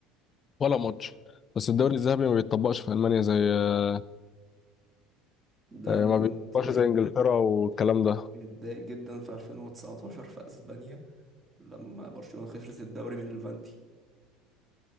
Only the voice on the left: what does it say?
ولا ماتش بس الدوري الذهبي ما بيتطبقش في ألمانيا زي آه،
يعني
ما
بيتطبقش زي إنجلترا والكلام ده